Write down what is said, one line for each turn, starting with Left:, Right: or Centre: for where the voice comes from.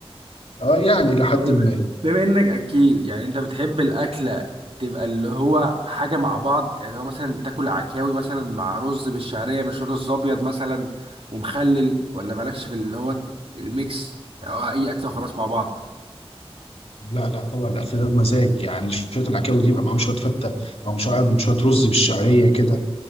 Left: اه يعني لحد
Right: طب بما
Left: ما
Right: بما انك اكيل يعني انت بتحب الاكله تبقى اللي هو حاجه مع بعض يعني هو مثلا تاكل عكاوي مثلا مع رز بالشعريه مش رز ابيض مثلا ومخلل ولا مالكش في اللي هو الميكس او اي اكله وخلاص مع بعض
Left: لا لا طبعا الاكل ده بمزاج يعني شويه العكاوي دي يبقى معاهم شويه فته او مش عارف شويه رز بالشعريه كده